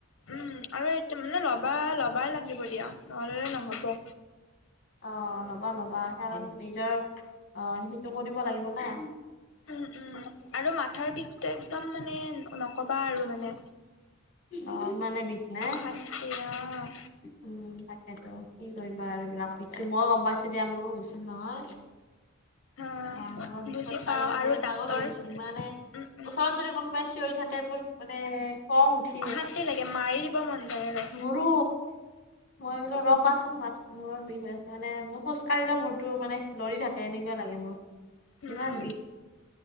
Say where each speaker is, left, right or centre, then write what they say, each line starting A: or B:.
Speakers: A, on the left; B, on the left.
A: উম, আৰু মানে ল'বা লবাই লাগিব দিয়া নহলে নে নহ'ব।
B: অ, ল'বা - ল'বা কাৰণ নিজৰ অ, সেইটো কৰিব লাগিব না।
A: উম - উম আৰু মাথাৰ বিষটো একদম মানে নকবা আৰু মানে
B: অ, ইমানে বিষ নে?
A: অশান্তি অ',
B: উম, তাকেতো কি কৰিবা আৰু এইবিলাকু মই গম পাইছো দিয়া মোৰো হৈছিল নহয়।
A: অ',
B: ম মুৰৰ বিষত
A: বুজি
B: কাৰণে
A: পাওঁ আৰু
B: মই
A: দাঁতৰ
B: পাগল হৈ গৈছো ইমানে
A: উম, উম,
B: ওচৰত যদি কোনোবাই চিঞৰি থাকে মোৰ মানে, খঙ উঠে
A: অশান্তি লাগে মাৰি দিব মন যায় আৰু।
B: ৰৰু মই বোলো ৰবাচোন মাত মূৰৰ বিষ হৈ আছে মানে ম খোজ কাঢ়িলে মোৰতো মানে লৰি থাকে, এনেকুৱা লাগে মোৰ
A: উম,
B: ইমান বিষ।